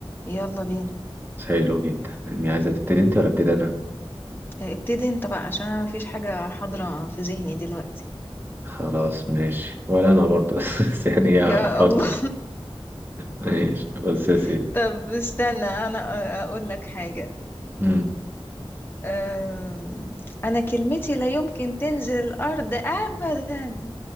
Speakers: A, on the left (about 20°); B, on the right (about 20°).
A: يلا بينا
B: حلو جدا يعني عايزة تبتدي انت ولا ابتدي انا
A: اه، ابتدي انت بقى عشان انا مفيش حاجة حاضرة في ذهني دلوقتي
B: خلاص ماشي ولا انا برضه <laughs> بس يعني هفكر
A: يا الله
B: ماشي بس يا سيدي
A: <laughs> طب استنى انا اقول لك حاجة
B: مم.
A: أم، انا كلمتي لا يمكن تنزل الارض ابدا